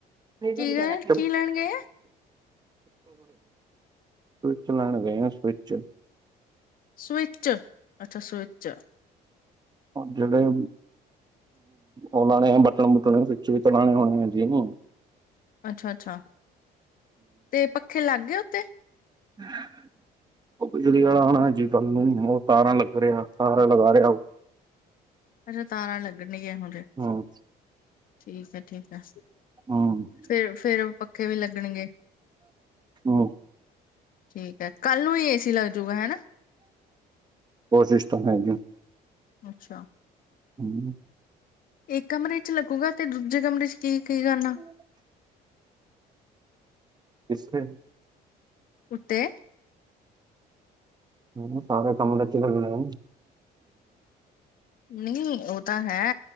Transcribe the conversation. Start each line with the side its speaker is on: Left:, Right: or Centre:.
Right: <unintelligible>
Left: ਕੀ ਗਏ ਕੀ ਲੈਣ ਗਏ ਹੈ
Right: ਸਵਿਚ ਲੈਣ ਗਏ ਆ ਸਵਿਚ।
Left: ਸਵਿੱਚ, ਅੱਛਾ ਸਵਿੱਚ।
Right: ਹੁਣ ਜੜੇ ਔ ਲਾਣੇ ਐ ਬਟਨ-ਬੁਟਨ ਸਵੀਚ ਚਲਾਣੇ ਔਣੇ <unintelligible>
Left: ਅੱਛਾ-ਅੱਛਾ ਤੇ ਪੱਖੇ ਲੱਗ ਗਏ ਉਤੇ।
Right: <unintelligible> ਔ ਬਿਜਲੀ ਵਾਲਾ ਔਨੈ ਜੇ ਕੰਮ <unintelligible> ਤਾਰਾਂ ਲੱਗ ਰਿਹਾ, ਤਾਰਾ ਲਗਾ ਰਿਹੈ।
Left: ਅੱਛਾ ਤਾਰਾਂ ਲੱਗਣੀਐ ਹੁਨੈ।
Right: ਹੂੰ
Left: ਠੀਕ ਐ-ਠੀਕ ਐ।
Right: ਹੂੰ
Left: ਫੇਰ, ਫੇਰ ਪੱਖੇ ਵੀ ਲੱਗਣਗੇ।
Right: ਹੂੰ।
Left: ਠੀਕ ਐ। ਕੱਲ੍ਹ ਨੂੰ ਈ ਏ ਸੀ ਲੱਗ ਜੂਗਾ ਹੈ ਨਾ।
Right: ਕੋਸ਼ਿਸ਼ ਤਾਂ ਹੈ ਜੀ।
Left: ਅੱਛਾ।
Right: ਹੂੰ।
Left: ਇੱਕ ਕਮਰੇ ਇੱਚ ਲੱਗੂਗਾ ਤੇ ਦੂਜੇ ਕਮਰੇ ਇੱਚ ਕੀ, ਕੀ ਕਰਨੈ।
Right: <unintelligible> ਕਿਸ ਸੇ?
Left: ਉੱਤੇ।
Right: ਹੂੰ, ਸਾਰੇ ਕਮਰੇ ਇੱਚ ਲਗਾਏ
Left: ਨਹੀ ਨਈ ਔ ਤਾਂ ਹੈ